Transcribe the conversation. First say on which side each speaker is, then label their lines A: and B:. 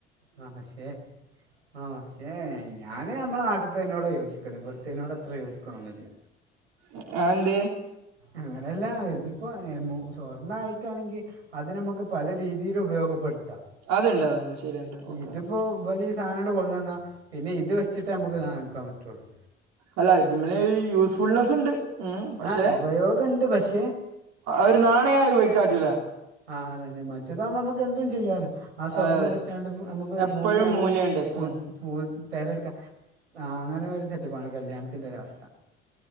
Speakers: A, on the right; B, on the right.
A: ആഹ് പക്ഷേ ആ പക്ഷേ ഞാൻ നമ്മളെ നാട്ടിത്തിനോടാ യോജിക്കണെ ഇവിടുത്തീനോട് അത്ര യോജിക്ക്ണൊന്നുല്യ
B: ആഹ് അത് എന്തേ
A: അങ്ങനെയല്ല ഇതിപ്പോ സ്വർണം ആയിക്കായാണെങ്കിൽ അത് നമുക്ക് പല രീതിൽ ഉപയോഗപ്പെടുത്താം
B: അതുണ്ട് അതുണ്ട് ശരിയുണ്ട് ഓക്കെ
A: ഇതിപ്പോ
B: ഓക്കെ
A: വൽ ഈ സധനട്ട് കൊട്ന്ന്ന്നാ പിന്നെ ഇത് വെച്ചിട്ടേ നമുക്ക് സാധനം എടുക്കാൻ പറ്റൊള്ളൂ
B: അല്ല ഇതിമെ ഒരു യൂസ്ഫുൾനെസ്സ് ഉണ്ട് ഉം പക്ഷെ
A: ആ ഉപയോഗമുണ്ട് പക്ഷേ
B: ഒരു നാണയമായി ഉബയ്ക്കാൻ പറ്റൂല
A: ആഹ് അതന്നെ മറ്റേതാകുബോ നമ്മക്ക് എന്തും ചെയ്യാലോ ആ സ്വർണം
B: അതെ അതെ
A: വിറ്റാണ്ട് നമുക്ക് ഒരു
B: എപ്പോഴും
A: ഭൂമി വാങ്ങി
B: മൂല്യണ്ട്
A: <unintelligible>
B: ഉം
A: പൂ പേരെടുക്കാം ആ അങ്ങനെ ഒരു സെറ്റപ്പാണ് കല്യാണത്തിൻ്റെ ഒരവസ്ഥ